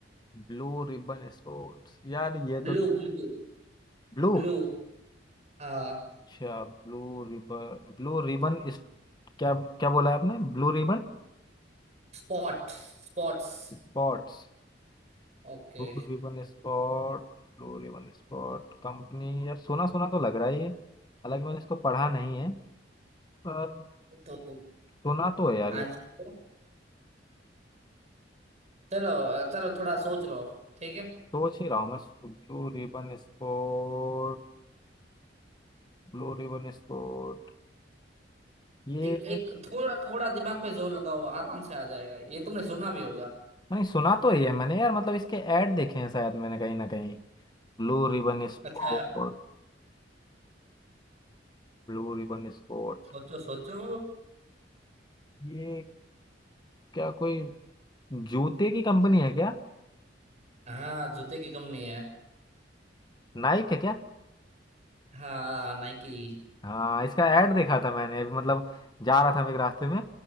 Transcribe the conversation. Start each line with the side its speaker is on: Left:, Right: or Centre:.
Left: ब्लू रिबन स्पोर्ट्स यार ये
Right: Blue
Left: तो
Right: blue
Left: ब्लू
Right: blue हाँ
Left: अच्छा ब्लू रिबन ब्लू रिबन इस, क्या क्या बोला है आपने ब्लू रिबन
Right: स्पॉट स्पॉट्स
Left: स्पोर्ट्स
Right: ओके
Left: फूड भी one spot glory one spot company यार सोना सोना तो लग रहा है ये हालांकि मैंने इसको पढ़ा नहीं है पर
Right: तो
Left: सोना तो है यार
Right: आंसर
Left: ये
Right: चलो चलो थोड़ा सोच लो ठीक है
Left: सोच ही रहा हूँ मैं blue ribbon sport blue ribbon sport ये
Right: एक एक थोड़ा थोड़ा दिमाग पे जोर लगाओ आराम से आ जाएगा ये तुमने सुना भी होगा
Left: नहीं सुना तो ही है ये मैंने यार मतलब इसके ऐड देखे हैं शायद मैंने कहीं ना कहीं Blue ribbon sport
Right: अच्छा
Left: blue ribbon sport
Right: सोचो सोचो
Left: ये क्या कोई जूते की कंपनी है क्या
Right: हाँ जूते की कंपनी है
Left: नाइक है क्या
Right: हाँ नाइकी
Left: हाँ इसका ऐड देखा था मैंने अभी मतलब जा रहा था मैं एक रास्ते में